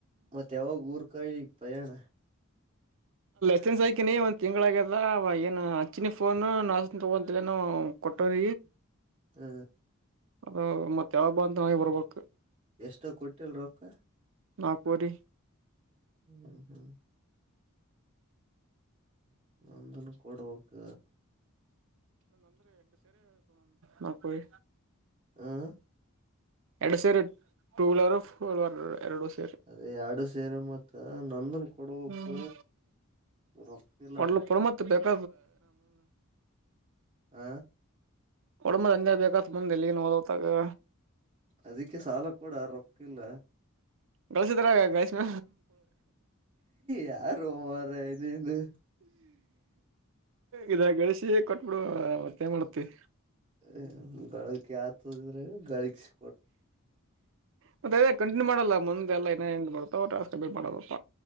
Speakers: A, on the right; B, on the right.
A: ಮತ್ತ ಯಾವಾಗ ಊರ್ ಕಡೆಗೆ ಪಯಾಣ
B: ಅತ್ತನ್ ಸೈಕಿನಿ ಒಂದ್ ತಿಂಗ್ಳ ಆಗ್ಯದ ಏನು ಅಚ್ಚಿನಿ ಫೋನು ನಾನ್ ತಗೊಂತನ ಕೊಟ್ಟವ್ರ
A: ಹ್ಮ
B: ಅದು ಮತ್ತ ಯಾವ ಬ ಅಂತ ನಿ ಬರ್ಬೇಕು
A: ಎಷ್ಟ ಕೊಟ್ಟಿಲ್ ರೊಕ್ಕ
B: ನಾಗಪೂರಿ
A: ಹ್ಮ್ ಹ್ಮ್ ಒಂದನ ಕೊಡುವಕ್ಕ
B: ಮಪರಿ
A: ಹ
B: ಎಡು ಸೇರಿ ಟೂ ವೀಲರ್ ಫೋರ್ ವೀಲರ್ ಎರಡು ಸೇರಿ
A: ಅದೇ ಆಡು ಸೇರೆ ಮತ್ತ ನಂದನ್ ಕೊಡಕ್
B: ಹ್ಮ್
A: ರೊಕ್ಕ ಇಲ್ಲ ರೊ
B: ಪುಣಮತ್ ಬೇಕ
A: ಹ
B: ಒಡಮದ ಅಂದೇ ಬೇಕಾತ ಬಂದ ಎಲ್ಲಿಗ ಓದೋತಾಗ
A: ಅದಕ್ಕೆ ಸಾಲ ಕೂಡ ರೊಕ್ಕಿಲ್ಲ
B: ಗಳಸಿದ್ರಾಗ ಗಳಸ್ಮ
A: ಯಾರು ಮಾರಯ್ಯ ಇದು
B: ಇದ ಳಿಸಿ ಕೊಟ್ಬಿಡು ಮತ್ತೇನ್ ಮಾಡತಿವಿ
A: ಹ ಗಳ ಆತದ್ರ ಗಳಗ್ ಸಿ
B: ಮತ್ತೆ ಅ ಕಂಟಿನ್ಯೂ ಮಾಡಲ್ಲ ಮುಂದೆಲ್ಲ ಇನ ಮಾಡತಾವೇಟ್ ಮಾಡದಪ್ಪ